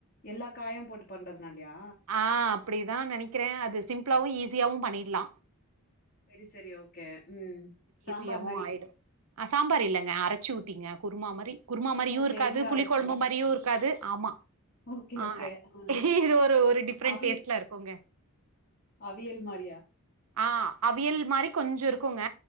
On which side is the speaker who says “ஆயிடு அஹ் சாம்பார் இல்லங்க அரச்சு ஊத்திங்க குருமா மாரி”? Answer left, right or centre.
Right